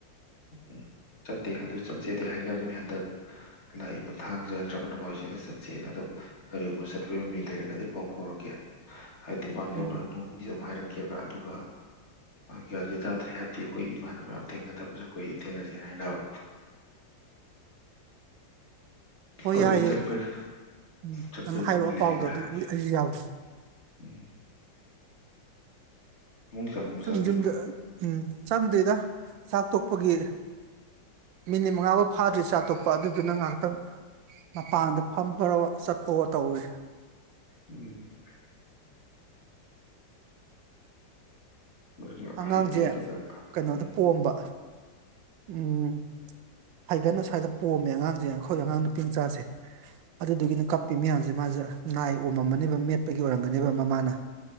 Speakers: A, on the left; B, on the right.
A: ꯎꯝ ꯆꯠꯇꯦ ꯑꯗꯨ ꯆꯠꯁꯦꯗꯤ ꯍꯥꯏꯅꯕꯅꯦ ꯍꯟꯗꯛ ꯂꯥꯛꯏꯕ ꯊꯥꯡꯖ ꯅꯠꯇ꯭ꯔꯒ ꯅꯣꯡꯃꯥꯏꯖꯤꯡꯁꯤꯗ ꯆꯠꯁꯦꯅ ꯑꯗꯣ ꯀꯔꯤꯒꯨꯝꯕ ꯆꯠꯄꯤꯒꯤ ꯃꯃꯤ ꯂꯩꯔꯒꯗꯤ ꯄꯥꯎ ꯐꯥꯎꯔꯛꯀꯦ ꯍꯥꯏꯗꯤ ꯃꯥꯡꯖꯧꯅꯔꯅꯤ
B: ꯎꯝ
A: <unintelligible> ꯍꯥꯏꯔꯛꯀꯦꯕ ꯑꯗꯨꯒ ꯒ꯭ꯌꯥꯟ ꯇꯥꯗ꯭ꯔꯦ ꯍꯥꯏꯕꯗꯤ ꯑꯩꯈꯣꯏ ꯏꯃꯥꯟꯅꯕ ꯃꯌꯥꯝ ꯊꯦꯡꯅꯗꯕꯁꯨ ꯀꯨꯏꯔꯦ ꯊꯦꯡꯅꯖꯦ ꯍꯥꯏꯅꯕ
B: ꯍꯣꯏ
A: ꯑꯗꯨꯏ
B: ꯌꯥꯏꯌꯦ
A: ꯆꯠꯄꯩ
B: ꯎꯝ
A: ꯆꯠꯄꯒꯤ
B: ꯑꯗꯨꯝ ꯍꯥꯏꯔꯛꯑꯣ
A: ꯃꯃꯤ ꯂꯩꯔꯗꯤ
B: ꯄꯥꯎꯗꯣ ꯑꯗꯨꯒꯤ
A: ꯍꯥꯏꯔꯛꯀꯦ
B: ꯑꯩꯁꯨ ꯌꯥꯎꯒꯦ
A: ꯎꯝ ꯄꯨꯡ ꯆꯪꯒꯨꯝꯕ
B: ꯁꯨꯝ
A: ꯆꯪꯗ꯭ꯔꯤꯕ
B: ꯌꯨꯝꯗ ꯎꯝ ꯆꯪꯗꯦꯗ ꯆꯥꯛ ꯇꯣꯛꯄꯒꯤ ꯃꯤꯅꯤꯠ ꯃꯉꯥꯐꯥꯎ ꯐꯥꯗ꯭ꯔꯤ ꯆꯥꯛꯇꯣꯛꯄꯒꯤ ꯑꯗꯨꯗꯨꯅ ꯉꯥꯏꯍꯥꯛꯇꯪ ꯃꯄꯥꯟꯗ ꯐꯝꯕꯋꯣ ꯆꯠꯄꯋꯣ ꯇꯧꯏ
A: ꯎꯝ ꯃꯗꯨꯅ
B: ꯑꯉꯥꯡꯁꯦ
A: ꯍꯤꯞꯄꯦ ꯑꯗꯨꯒ
B: ꯀꯩꯅꯣꯗ
A: ꯎꯝ
B: ꯄꯣꯝꯕ ꯎꯝ ꯐꯩꯒꯟ ꯁ꯭ꯋꯥꯏꯗ ꯄꯣꯝꯃꯦ ꯑꯉꯥꯡꯁꯦ ꯑꯩꯈꯣꯏ ꯑꯉꯥꯡ ꯅꯨꯄꯤꯃꯆꯥꯥꯁꯦ ꯑꯗꯨꯗꯨꯒꯤꯅ ꯀꯞꯄꯤ ꯃꯌꯥꯝꯁꯦ ꯃꯥꯁꯦ ꯅꯥꯏ ꯑꯣꯝꯃꯝꯃꯅꯦꯕ ꯃꯦꯠꯄꯒꯤ ꯑꯣꯏꯔꯝꯒꯅꯦꯕ ꯃꯃꯥꯅ